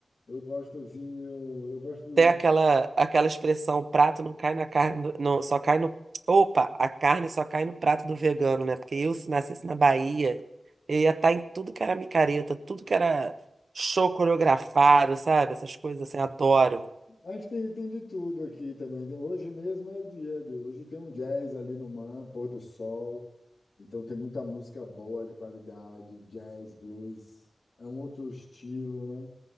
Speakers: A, on the left; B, on the right.
A: eu gosto assim, eu, eu gosto.
B: até aquela, aquela expressão, o prato não cai na carne, do- não, só cai no... Opa, a carne só cai no prato do vegano, né? Porque eu, se nascesse na Bahia, eu ia estar em tudo que era micareta, tudo que era show coreografado, sabe? Essas coisas assim, adoro.
A: A gente tem, tem de tudo aqui também. né? Hoje mesmo é o dia de. Hoje tem um jazz ali no Man, pôr do sol. Então tem muita música boa, de qualidade, jazz, blues. É um outro estilo, né?